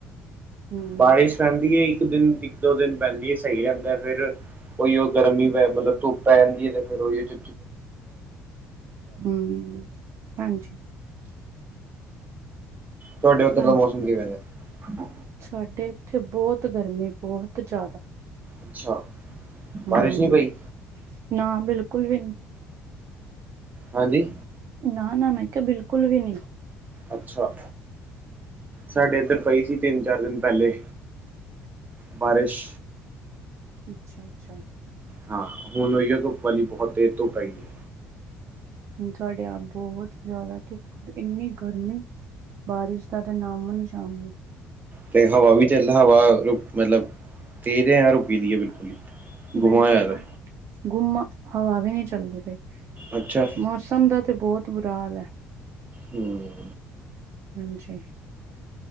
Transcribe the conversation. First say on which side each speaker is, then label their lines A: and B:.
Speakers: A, on the right (about 40°); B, on the right (about 25°).
A: ਹੂੰ
B: ਬਾਰਿਸ਼ ਪੈਂਦੀ ਹੈ ਇੱਕ ਦਿਨ ਇੱਕ ਦੋ ਦਿਨ ਪੈਂਦੀ ਹੈ ਸਹੀ ਰਹਿੰਦਾ ਫਿਰ। ਉਹੀਓ ਗਰਮੀ ਪੈ ਮਤਲਬ ਧੁੱਪ ਪੈ ਜਾਂਦੀ ਹੈ ਤੇ ਫਿਰ ਉਹੀਓ ਚ,
A: ਹੂੰ, ਹਾਂਜੀ।
B: ਤੁਹਾਡੇ ਉੱਧਰ
A: ਹਾਂਜੀ
B: ਦਾ ਮੌਸਮ ਕਿਵੇ ਦਾ ਐ।
A: ਸਾਡੇ ਇੱਥੇ ਬਹੁਤ ਗਰਮੀ ਬਹੁਤ ਜ਼ਿਆਦਾ
B: ਅੱਛਾ
A: ਹੂੰ
B: ਬਾਰਿਸ਼ ਨਹੀਂ ਪਈ।
A: ਨਾ ਬਿਲਕੁਲ ਵੀ ਨਹੀਂ
B: ਹਾਂਜੀ
A: ਨਾ ਨਾ ਮੈਂ ਕਿਹਾ ਬਿਲਕੁਲ ਵੀ ਨੀ
B: ਅੱਛਾ ਸਾਡੇ ਇੱਧਰ ਪਈ ਸੀ ਤਿੰਨ ਚਾਰ ਦਿਨ ਪਹਿਲੇ ਬਾਰਿਸ਼
A: ਅੱਛਾ ਅੱਛਾ
B: ਹਾਂ ਹੁਣ ਉਹੀਏ ਧੁੱਪ ਵਾਲੀ ਬਹੁਤ ਤੇਜ ਧੁੱਪ ਹੈਗੀ ਹੈ
A: ਹੁਣ ਸਾਡੇ ਆਪ ਬਹੁਤ ਜ਼ਿਆਦਾ ਇੰਨੀ ਗਰਮੀ ਬਾਰਿਸ਼ ਦਾ ਤੇ ਨਾਮੋ ਨਿਸ਼ਾਨ ਨੀ
B: ਤੇ ਹਵਾ ਵੀ ਚੱਲ ਹਵਾ ਰੁ ਮਤਲਬ ਤੇਜ਼ ਹੈ ਰੁਕੀ ਦੀ ਹੈ ਬਿਲਕੁਲ ਗੁਮਾ
A: ਬਿਲਕੁਲ
B: ਹੋਇਆ ਦਾ
A: ਰ ਗੁੰਮ ਆ ਹਵਾ ਵੀ ਨਹੀਂ ਚੱਲਦੀ ਪਈ
B: ਅੱਛਾ
A: ਮੌਸਮ ਦਾ ਤੇ ਬਹੁਤ ਬੁਰਾ ਹਾਲ ਹੈ।
B: ਹਮ
A: ਹਾਂਜੀ